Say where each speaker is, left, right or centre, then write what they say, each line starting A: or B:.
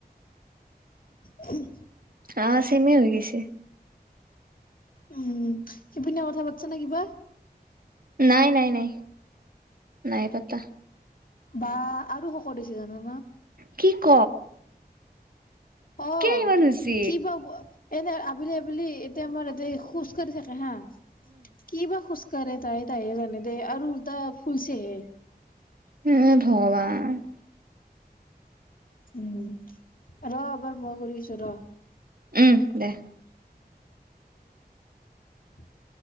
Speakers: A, on the left; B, on the right.
A: হোমহ
B: অঁ চেমে হৈ গৈছে।
A: উম সিপিনে কথা পাতিছে নে কিবা?
B: নাই নাই নাই। নাই পাতা।
A: বা আৰু শকত হৈছে জানা
B: কি ক?
A: অ
B: কিয় ইমান হৈছে?
A: কি পাব এনে আবেলি আবেলি, এতিয়া আমাৰ ইয়াতে খোজ কাঢ়ি থাকে হা। কিবা খোজকাঢ়ে তাই তাইহে জানে দেই আৰু উল্টা ফুলছেহে
B: হে ভগৱান।
A: উম ৰ এবাৰ মই কৰি আছো, ৰ।
B: উম দে।
A: উম